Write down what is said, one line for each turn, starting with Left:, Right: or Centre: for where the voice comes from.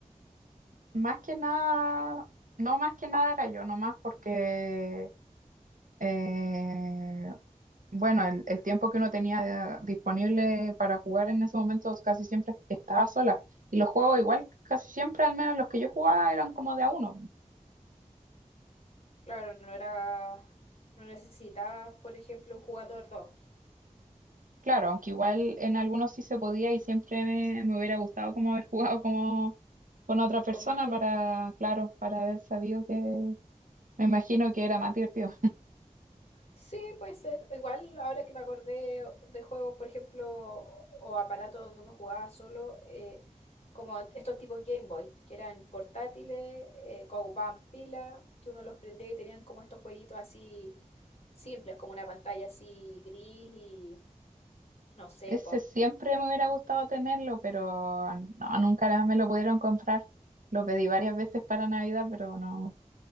Right: Más que nada, no más que nada era yo, nomás porque, eh, bueno, el, el tiempo que uno tenía de- disponible para jugar en ese momento casi siempre estaba sola. Y los juegos igual, casi siempre, al menos los que yo jugaba, eran como de a uno.
Left: Claro, no era, no necesitabas, por ejemplo, un jugador dos
Right: Claro, aunque igual en algunos sí se podía y siempre me, me hubiera gustado como haber <laughs> jugado como con otra persona
Left: con más gente.
Right: para, claro, para haber sabido que, me imagino que era más divertido.
Left: Sí, puede ser. Igual ahora que me acordé de juegos, por ejemplo, o aparatos donde uno jugaba solo, eh, como estos tipos Game Boy, que eran portátiles, eh, que ocupaban pila, que uno los prendía y tenían como estos jueguitos así simples, como una pantalla así gris y no sé,
Right: Ese
Left: pues.
Right: siempre me hubiera gustado tenerlo, pero no, nunca la- me lo pudieron comprar. Lo pedí varias veces para Navidad, pero no,